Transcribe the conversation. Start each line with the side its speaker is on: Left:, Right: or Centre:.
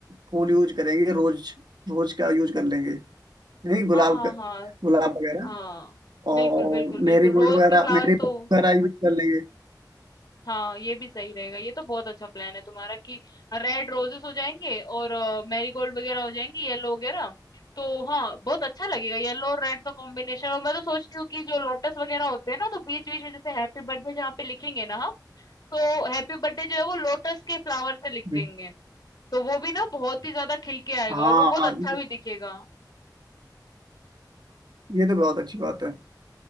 Right: फूल यूज करेंगे रोज रोज का यूज कर लेंगे नहीं गुलाब
Left: हाँ हाँ
Right: का
Left: हाँ
Right: गुलाब वगैरह
Left: हाँ
Right: और
Left: बिल्कुल बिल्कुल
Right: मेरी
Left: बिल्कुल
Right: गोल्ड
Left: रोज
Right: वगैरह
Left: के फ्लावर्स
Right: मेरी वगैरह
Left: तो
Right: यूज कर लेंगे
Left: हाँ ये भी सही रहेगा ये तो बहुत अच्छा प्लान है तुम्हारा कि रेड रोजेस हो जाएंगे और मैरीगोल्ड वगैरह हो जाएंगी येलो वगैरह तो हाँ बहुत अच्छा लगेगा येलो और रेड का कॉम्बिनेशन और मैं तो सोच रही हूँ कि जो लोटस वगैरह होते हैं ना तो बीच बीच में जैसे हैप्पी बर्थडे जहाँ पे लिखेंगे ना हम तो हैप्पी बर्थडे जो है वो लोटस के फ्लावर से लिख
Right: हम्म।
Left: देंगे तो वो भी ना बहुत ही ज्यादा खिल के आएगा
Right: हाँ
Left: और वो बहुत अच्छा भी दिखेगा
Right: ये तो बहुत अच्छी बात है